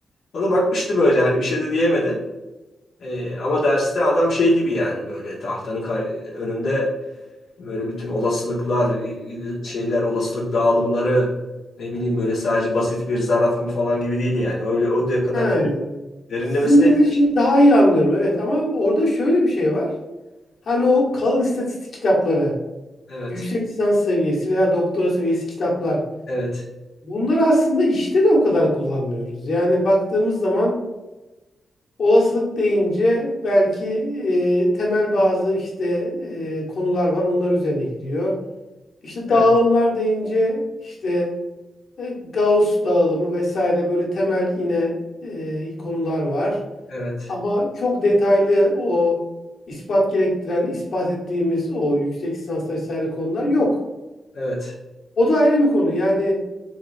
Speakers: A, on the left; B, on the left.
A: O da bakmıştı böyle hani bir şey de diyemedi. Ee, ama derste adam şey gibi yani böyle tahtanın kar- önünde Böyle bütün olasılıklar, e, şeyler, olasılık dağılımları ne bileyim böyle sadece basit bir zar atma falan gibi değil yani. Öyle o da kadar
B: Ha.
A: derin- derinlemesine
B: Sizin dediğinizi
A: girmiş.
B: şimdi daha iyi anlıyorum. Evet ama orada şöyle bir şey var. Hani o kalın istatistik kitapları,
A: Evet.
B: yüksek lisans seviyesi veya doktora seviyesi kitaplar.
A: Evet.
B: Bunları aslında işte de o kadar kullanmıyoruz. Yani baktığımız zaman olasılık deyince belki e, temel bazı işte e, konular var. Onlar üzerine gidiyor. İşte
A: Evet.
B: dağılımlar deyince işte E, Gauss dağılımı vesaire böyle temel yine e, konular var.
A: Evet.
B: Ama çok detaylı o ispat gerektiren, ispat ettiğimiz o yüksek lisans vesaire konular yok.
A: Evet.
B: O da ayrı bir konu. Yani